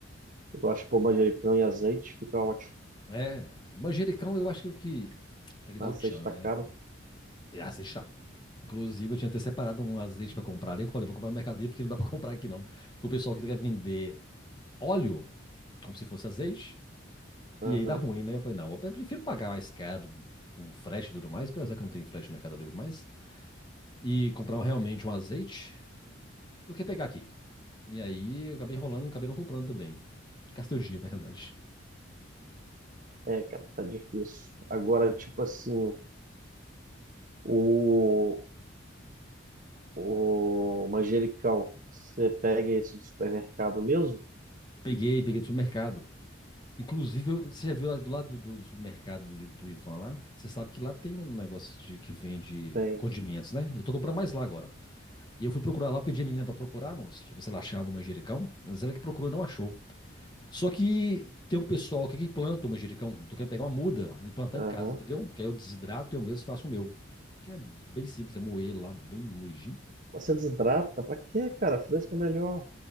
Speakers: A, on the right; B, on the left.
A: Eu gosto de pôr manjericão e azeite, fica ótimo.
B: É, manjericão eu acho que é o que é que
A: Azeite
B: dá o tchan,
A: tá
B: né?
A: caro.
B: É azeite tá. Inclusive, eu tinha até separado um azeite pra comprar ali. Eu falei, vou comprar no Mercado Livre, porque não dá pra <laughs> comprar aqui não. Porque o pessoal aqui quer vender óleo, como se fosse azeite,
A: Aham.
B: e aí dá ruim, né? Eu falei, não, eu prefiro pagar mais caro, com frete e tudo mais, apesar que eu não tenho frete no Mercado Livre mais, e comprar realmente um azeite, do que pegar aqui. E aí, eu acabei enrolando e acabei não comprando também. Gastei o dinheiro, na realidade.
A: É, cara, tá difícil. Agora, tipo assim, o O manjericão, você pega esse do supermercado mesmo?
B: Peguei, peguei do supermercado. Inclusive, eu- você já viu lá do lado do, do supermercado do, do Ivan lá? Você sabe que lá tem um negócio de, que vende
A: Tem.
B: condimentos, né? Eu tô comprando mais lá agora. E eu fui procurar lá, pedi a menina pra procurar, moço, pra ver se ela achava o manjericão. Ela disse ela que procurou e não achou. Só que tem um pessoal aqui que planta o manjericão. Eu tô querendo pegar uma muda e plantar
A: Aham.
B: em casa, entendeu? Que aí eu desidrato e eu mesmo faço o meu. Que é bem simples, é moer ele lá, bem moidinho.
A: Mas Você desidrata? Pra quê, cara? Fresco é melhor.